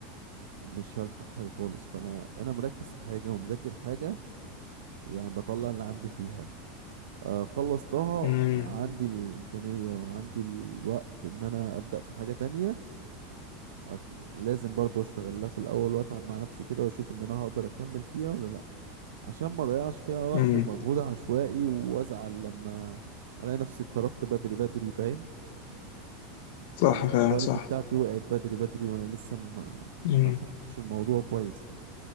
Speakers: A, on the right (about 85°); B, on the left (about 70°).
A: مش هلحق حاجة خالص فانا انا مركز في حاجة ومذاكر حاجة يعني بطلع اللي عندي فيها آه، خلصتها
B: امم
A: عندي الإمكانية وعندي الوقت إن أنا أبدأ في حاجة تانية آه، لازم برضو أشتغل لها في الأول وأتعب مع نفسي كده وأشوف إن أنا هقدر أكمل فيها ولا لأ عشان ما أضيعش فيها وقت
B: امم
A: ومجهود عشوائي وأزعل لما ألاقي نفسي اتطردت بدري بدري فاهم
B: صح
A: أو الكواليتي
B: فعلا صح
A: بتاعتي وقعت بدري بدري وأنا لسه ما,
B: امم
A: ما فهمتش الموضوع كويس